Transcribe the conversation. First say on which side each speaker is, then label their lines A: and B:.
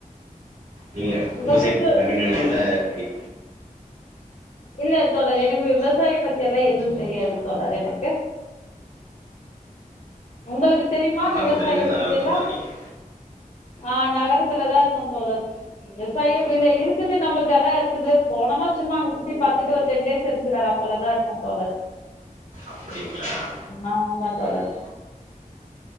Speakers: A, on the right; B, on the left.
A: நீங்கள்
B: இங்க
A: விவசாய
B: குத்து
A: பின்னணி இல்லை எப்படி
B: இல்ல தோழர் எனக்கு விவசாயோ பத்தி எல்லா எது தெரியாது தோழர் எனக்கு உங்களுக்கு தெரியுமா
A: ஆரம்பத்துலேருந்தே
B: விவசாயோ
A: நகரத்தில்
B: பத்தி எல்லா
A: தான் இருக்கீங்க
B: ஆஹ் நகரத் துல தா இருக்கே தோழர் <unintelligible> விவசாயோ வில்லே இருக்குது நம்மள்து எல்லா இருக்குது போனோமா சும்மா அங்க சுத்தி பாத்துட்டு ஒரு டென் டேஸ் இருந்துனு வரதா போலதா இருக்கோ தோழர்
A: அப்படிங்களா
B: ஆமா ஆமா தோழர்